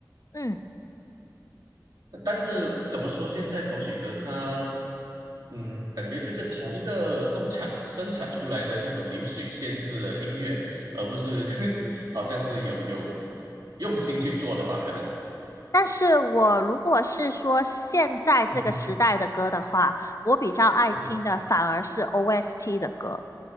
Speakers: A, on the left; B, on the right.
A: 嗯。
B: 但是怎么说，现在口水歌它，嗯，感觉就是同一个工厂生产出来的那种流水线式的音乐，而不是 <laughs> 好像是有有用心去做的吧？可能
A: 但是我如果是说现在这个时代的歌的话，
B: 嗯哼
A: 我比较爱听的反而是
B: 嗯哼
A: OST 的歌，